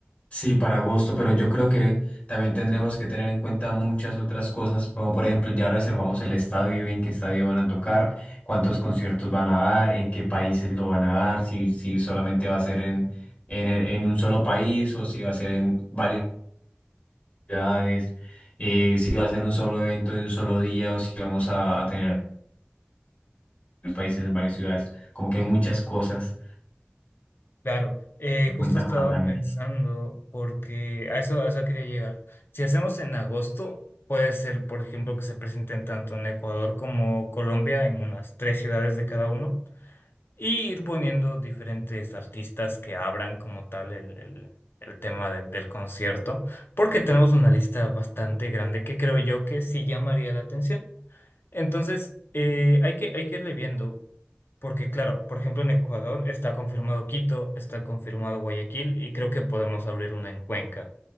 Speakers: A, on the left; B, on the left.
A: sí, para agosto, pero yo creo que también tendremos que tener en cuenta muchas otras cosas, como por ejemplo, ya reservamos el estadio, en qué estadio van a tocar, cuántos conciertos van a dar, en qué países lo van a dar, si, si solamente va a ser en, en, el- en un solo país o si va a ser en varios. ciudades, eh, si va a ser un solo evento de un solo día o si vamos a, a tener varios países en varias ciudades. Como que hay muchas cosas
B: Claro. Eh,
A: en cuenta
B: justo estaba
A: para planear.
B: pensando porque a eso, a eso quería llegar. Si hacemos en agosto, puede ser, por ejemplo, que se presenten tanto en Ecuador como Colombia en unas tres ciudades de cada uno. Y ir poniendo diferentes artistas que abran como tal el, el- el tema del, del concierto, porque tenemos una lista bastante grande que creo yo que sí llamaría la atención. Entonces, eh, hay que, hay que irle viendo, porque claro, por ejemplo, en Ecuador está confirmado Quito, está confirmado Guayaquil y creo que podemos abrir una en Cuenca.